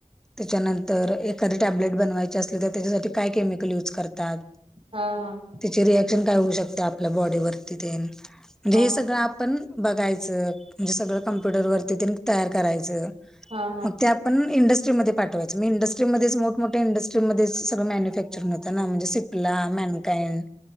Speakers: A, in the centre; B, on the right.
A: त्याच्यानंतर एखादी टॅबलेट बनवायची असली तर, त्याच्यासाठी काय केमिकल यूज करतात?
B: हां हां.
A: त्याची रियाक्शन काय होऊ शकते आपल्या बॉडीवरती तेन, म्हणजे
B: हा
A: हे सगळं आपण बघायचं,, म्हणजे सगळं कंम्प्युटरवरती तेन तयार करायचं,
B: हा हा
A: मग त्यात पण इंडस्ट्रीमध्ये पाठवायचं, मी इंडस्ट्रीमध्ये मोठमोठ्या इंडस्ट्रीमध्ये सगळं मॅन्युफॅक्चेरिंग होतं ना, म्हणजे सी पला मॅनकाइंड